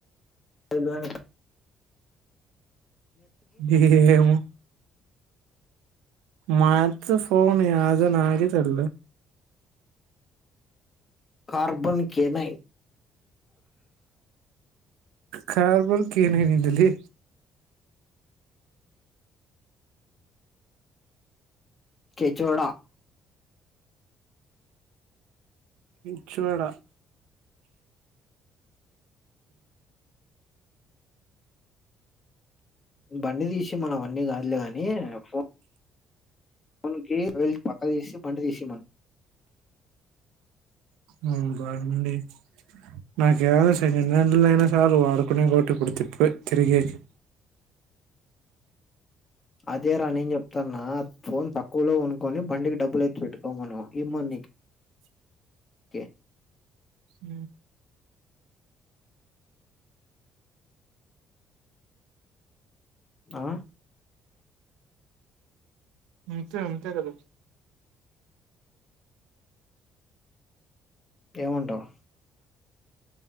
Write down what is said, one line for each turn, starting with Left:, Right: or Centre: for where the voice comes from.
Left: వెళ్ళాని
Right: గేహ్ ము మాత్ర ఫోన్ యాదనాగిదల
Left: కార్బన్ కేనై
Right: కార్బన్ కేనిందలీ
Left: కేచోడా
Right: ఇచ్చోడ
Left: బండి తీసి మనవన్నీ కాదులే గాని ఫో మన్ కీ రైలు పక్కక్ తీసి బండి తీసిమను
Right: ఉమ్మ్ బాగుండి నాకు ఏడ సెకండ్ హ్యాండిల్ ఐన సాలు వాడుకునే కోటి ఇప్పుడు తిప్పుకో తిరిగేకి
Left: అదేరా నేను చెప్తాన్నా ఫోన్ తక్కువలో కొనుకొని బండికి డబ్బులు ఎత్తి పెట్టుకోమను ఇమ్మను నీకే
Right: ఉం
Left: ఆ
Right: అంతే అంతే కదా
Left: ఏమంటావ్